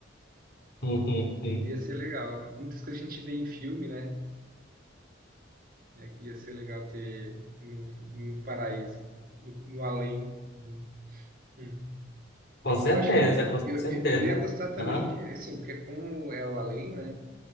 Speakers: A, on the left (about 55°); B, on the right (about 45°).
A: Uhum. Uhum.
B: Ia ser legal. Muitas coisas que a gente vê em filme, né? Ia ia ser legal ter no, no paraíso, no, no além. né? Hum.
A: Com certeza,
B: Eu acho que
A: com
B: eu,
A: certeza.
B: eu eu ia gostar também
A: Aham.
B: de, assim, porque como é o além, né?